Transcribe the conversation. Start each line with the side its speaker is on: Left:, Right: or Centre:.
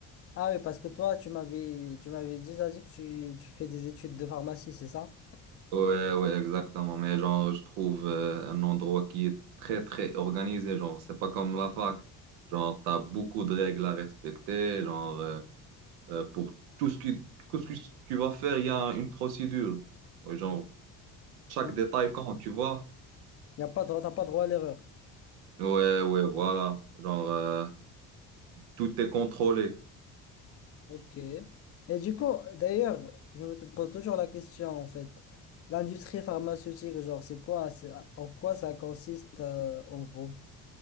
Left: Ah oui, parce que toi, tu m'avais tu m'avais déjà dit que tu, tu fais des études de pharmacie, c'est ça?
Right: Ouais, ouais, exactement. Mais genre, je trouve euh, un endroit qui est très, très organisé. Genre, c'est pas comme la fac. Genre, t'as beaucoup de règles à respecter. Genre, euh, Euh, pour tout ce qui, tout ce que tu vas faire, il y a une procédure. Ouais, Genre, chaque
Left: Il
Right: détail compte, tu vois?
Left: Y a pas de, t'as pas droit à l'erreur.
Right: Ouais, ouais, voilà. Genre, euh, tout est contrôlé.
Left: Ok. Et du coup, d'ailleurs, je me te pose toujours la question, en fait. L'industrie pharmaceutique, genre, c'est quoi? c'est- En quoi ça consiste, euh, en gros?